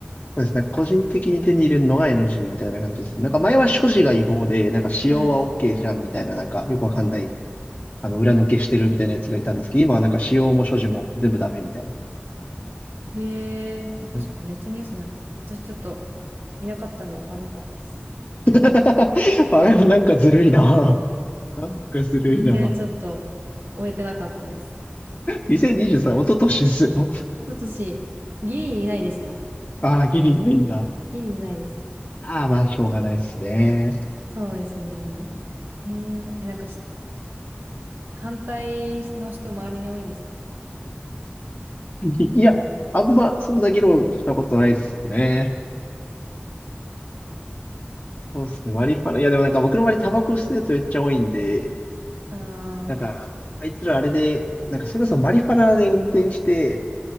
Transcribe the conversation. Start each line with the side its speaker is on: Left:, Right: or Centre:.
Left: そうですね。個人的に手に入れるのが NG みたいな感じですね。なんか前は所持が違法で、なんか使用は
Right: はい。
Left: OK じゃんみたいな、なんかよくわかんない、あの、裏抜けしてるみたいなやつがいたんですけど、今はなんか使用も所持も全部ダメみたいな
Right: へえ、まあ、確かにめっちゃニュースになって。
Left: 感じで。
Right: 私ちょっといなかったんで分かんなかったです。
Left: <laughs> あれ、なんかずるいな。なんかずるいな。
Right: 全然ちょっと終えてなかったです。
Left: 2023、一昨年ですよ。
Right: 一昨年、ギリいないですね。
Left: ああ、ギリないんだ。
Right: ギリいないです。
Left: ああ、まあ、しょうがないですね。
Right: そうですね。へえ、え、なんかし、反対の人周りに多いんですか
Left: いいや、あんま、そんな議論したことないですね。そうですね、マリファナ。いや、でもなんか僕の周りタバコ吸うやつめっちゃ多いんで、
Right: ああー、
Left: なんか、あいつらあれで、なんかそれこそマリファナで運転して